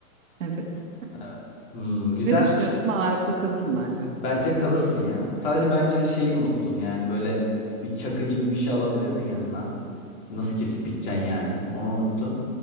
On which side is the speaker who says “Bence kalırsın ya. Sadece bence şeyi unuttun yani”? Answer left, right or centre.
Left